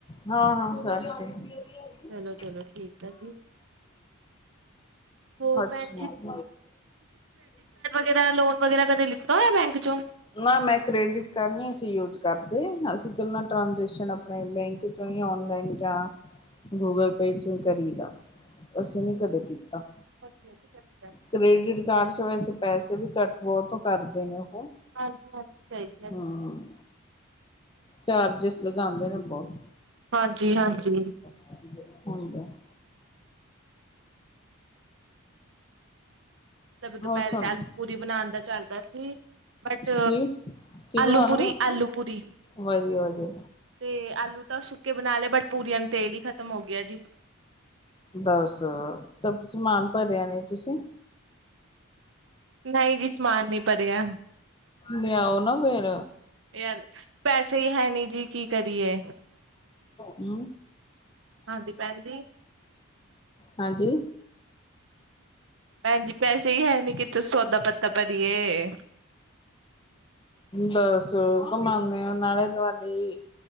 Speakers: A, on the left (about 20°); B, on the right (about 55°).
A: ਹਾਂ, ਹਾਂ, ਸਾਰੇ ਠੀਕ
B: ਚਲੋ-ਚਲੋ ਠੀਕ ਆ ਜੀ। ਹੋਰ
A: ਅੱਛਾ,
B: ਭੈਣ ਇਹਦਾ ਲੋਨ ਵਗੈਰਾ, ਕਦੇ ਲਿਤਾ ਹੋਇਆ। ਬੈਂਕ, ਚੋਂ
A: ਨਾ ਮੈਂ ਕ੍ਰੇਡਿਟ ਕਾਰਡ ਨਹੀਂ, ਅਸੀਂ ਯੂਜ ਕਰਦੇ, ਅਸੀਂ ਇਕੱਲਾਂ ਟ੍ਰਾਂਜੈਕਸ਼ਨ, ਆਪਣੇ ਬੈਂਕ ਔਨਲਾਈਨ ਜਾਂ ਗੂਗਲ, ਪੇ 'ਚ' ਹੀ ਕਰੀਦਾ। ਅਸੀਂ ਨੀ, ਕਦੇ ਕੀਤਾ।
B: ਪਸੱਚ, <unintelligible>
A: ਕ੍ਰੈਡਿਟ ਕਾਰਡ'ਚ ਵੈਸੇ ਪੈਸੇ ਵੀ ਘੱਟ ਬਹੁਤ ਕਰਦੇ ਨੇ, ਉਹ।
B: ਹਾਂਜੀ-ਹਾਂਜੀ, ਸਹੀ ਕਿਆ।
A: ਹਮ ਚਾਰਜਿਸ ਲਗਾਂਦੇ ਨੇ, ਬਹੁਤ।
B: ਹਾਂਜੀ-ਹਾਂਜੀ।
A: ਹਣਜੀ, <unintelligible>
B: ਮਤਲਬ ਦੁਪਹਿਰੇ,
A: ਹੋਰ ਸੁਣੋ
B: ਆਲੂ-ਪੂਰੀ ਬਣਾਣ ਦਾ ਚੱਲਦਾ ਸੀ, ਬਟ
A: ਕੀ ਕੀ ਬਣਾਉਣਾ
B: ਆਲੂ-ਪੂਰੀ, ਆਲੂ-ਪੂਰੀ।
A: ਵਧੀਆ ਵਧੀਆ
B: ਤੇ ਆਲੂ ਤਾਂ ਸੁੱਕੇ ਬਣਾ ਲਏ, ਬਟ ਪੂਰੀਆਂ ਨੂੰ ਤੇਲ ਹੀ ਖ਼ਤਮ ਹੋਗਿਆ ਜੀ।
A: ਦੱਸ--ਤਾ ਸਮਾਨ ਭਰਿਆ ਨਹੀਂ, ਤੁਸੀ?
B: ਨਹੀਂ ਜੀ, ਸਮਾਨ ਨੀ ਭਰਿਆ।
A: ਲਿਆਓ ਨਾ, ਫੇਰ।
B: ਯਾਰ, ਪੈਸੇ ਹੀ ਹੈਨੀ ਜੀ, ਕੀ ਕਰੀਏ?
A: ਹੂੰ
B: ਹਾਂਦੀ, ਭੈਣਜੀ।
A: ਹਾਂਜੀ।
B: ਭੈਣ ਜੀ ਪੈਸੇ ਹੀ ਹੈਨੀ, ਕਿਥੋ ਸੌਦਾ-ਪੱਤਾ ਭਰੀਏ।
A: ਦੱਸ, ਕੰਮਾਨੇ ਓ, ਨਾਲੇ ਤੁਹਾਡੀ